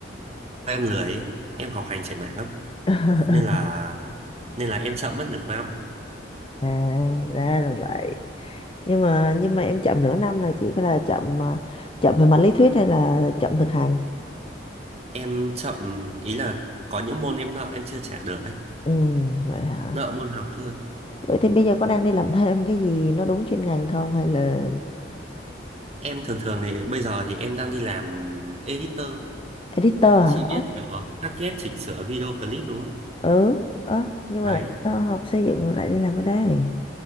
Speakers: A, on the right; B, on the left.
A: em lười ấy, em học hành chảy mạng lắm
B: <laughs>
A: nên là nên là em chậm mất nửa năm
B: à, ra là vậy
A: Đó.
B: nhưng mà nhưng mà em chậm nửa năm là chỉ là chậm à, chậm về mặt lý thuyết hay là chậm thực hành
A: em chậm ý là có những môn em nợ em chưa trả được ấy
B: ừ vậy hả
A: nợ môn học thôi
B: vậy thì bây giờ có đang đi làm thêm cái gì nó đúng chuyên ngành không hay là
A: em thường thường thì bây giờ thì em đang đi làm editor
B: editor hả
A: Chị biết
B: Ơ,
A: nhỏ cắt ghép chỉnh sửa video clip đúng không?
B: ừ ơ, nhưng
A: Đấy,
B: mà sao học xây dựng mà lại đi làm ở đây